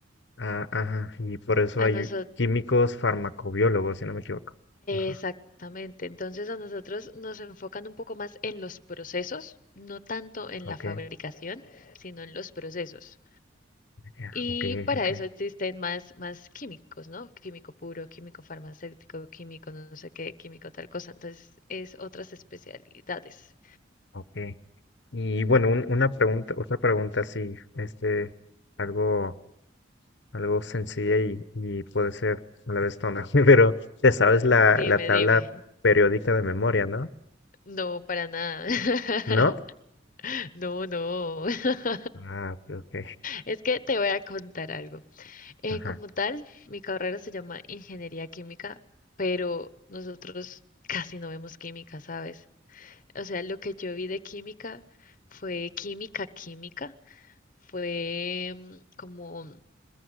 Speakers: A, on the left; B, on the left.
A: Ah, ajá. Y por eso
B: A
A: hay
B: nosotros,
A: químicos farmacobiólogos, si no me equivoco. Ajá.
B: exactamente. Entonces a nosotros nos enfocan un poco más en los procesos, no tanto en
A: Ok.
B: la fabricación, sino en los procesos.
A: Ya,
B: Y
A: ok,
B: para
A: ok,
B: eso existen más, más químicos, ¿no? Químico puro, químico farmacéutico, químico no sé qué, químico tal cosa. Entonces es otras especialidades.
A: ok. Y bueno, un- una pregunta, otra pregunta así, este, algo, algo sencilla y, y puede ser a la vez tonta, <laughs> pero te sabes la,
B: Dime,
A: la tabla
B: dime.
A: periódica de memoria, ¿no?
B: No, para nada. <laughs>
A: ¿No?
B: No, no. <laughs>
A: Ah, ok, ok,
B: Es que te voy a contar algo. Eh,
A: ajá.
B: como tal, mi carrera se llama Ingeniería Química, pero nosotros casi no vemos química, ¿sabes? O sea, lo que yo vi de química fue química, química. Fue mm, como